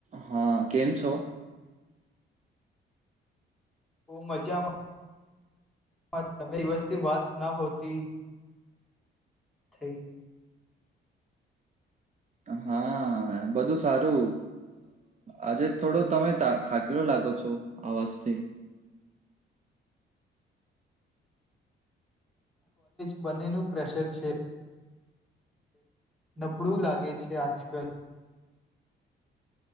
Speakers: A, on the right (about 35°); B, in the centre.
A: હા કેમ છો
B: હુ મજામાં હા તમેાઈ દિવસ્તી વાત ના હોતી થઈ.
A: હા બધું સારું આજે થોડો તમે થાકેલો લાગો છો આવાજથી.
B: બંને નુ પ્રેશર છે. નબળું લાગે છે આજ કલ